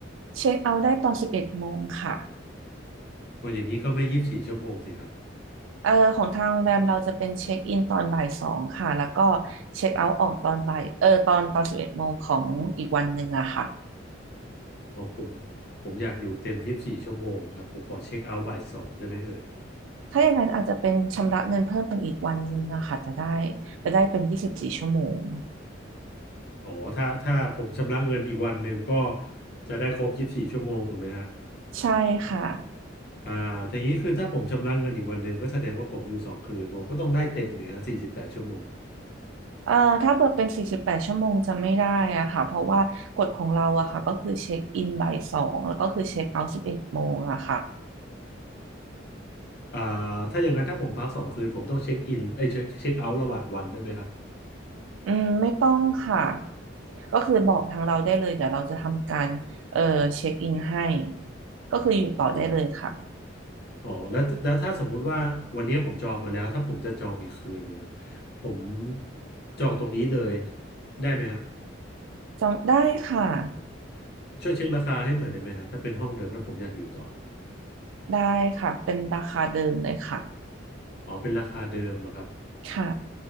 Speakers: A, on the right (about 85°); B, on the left (about 55°).
A: เช็คเอาท์ได้ตอนสิบเอ็ดโมงค่ะ
B: โอ้อย่างนี้ก็ไม่ยี่สิบสี่ชั่วโมงสิครับ
A: เอ่อของทางโรงแรมเราจะเป็นเช็คอินตอนบ่ายสองค่ะแล้วก็เช็คเอาท์ออกตอนบ่ายเออตอนตอนสิบเอ็ดโมงของอีกวันหนึ่งอะค่ะ
B: อ๋อผมผมอยากอยู่เต็มยี่สิบสี่ชั่วโมงครับผมขอเช็คเอาท์บ่ายสองได้ไหมเอ่ย
A: ถ้าอย่างนั้นอาจจะเป็นชำระเงินเพิ่มเป็นอีกวันหนึ่งอะค่ะจะได้จะได้เป็นยี่สิบสี่ชั่วโมง
B: อ๋อถ้าถ้าผมชำระเงินอีกวันหนึ่งก็จะได้ครบยี่สิบสี่ชั่วโมงถูกไหมฮะ
A: ใช่ค่ะ
B: อ่าทีนี้คือถ้าผมชำระเงินอีกวันหนึ่งก็แสดงว่าผมอยู่สองคืนผมก็ต้องได้เต็มเนี่ยฮะสี่สิบแปดชั่วโมง
A: เอ่อถ้าเปิดเป็นสี่สิบแปดชั่วโมงจะไม่ได้อะค่ะเพราะว่ากฎของเราอะค่ะก็คือเช็คอินบ่ายสองแล้วก็คือเช็คเอาท์สิบเอ็ดโมงอะค่ะ
B: อ่าถ้าอย่างนั้นถ้าผมพักสองคืนผมต้องเช็คอินไอ้ยเช็คเช็คเอาท์ระหว่างวันด้วยไหมครับ
A: อืมไม่ต้องค่ะก็คือบอกทางเราได้เลยเดี๋ยวเราจะทำการเอ่อเช็คอินให้ก็คืออยู่ต่อได้เลยค่ะ
B: อ๋ออ๋อแล้วแล้วถ้าสมมุติว่าวันนี้ผมจองมาแล้วถ้าผมจะจองอีกคืนหนึ่งอะผมจองตรงนี้เลยได้ไหมฮะ
A: จองได้ค่ะ
B: ช่วยเช็คราคาให้หน่อยได้ไหมฮะถ้าเป็นห้องเดิมแล้วผมอยากอยู่ต่อ
A: ได้ค่ะเป็นราคาเดิมเลยค่ะ
B: อ๋อเป็นราคาเดิมเหรอครับ
A: ค่ะ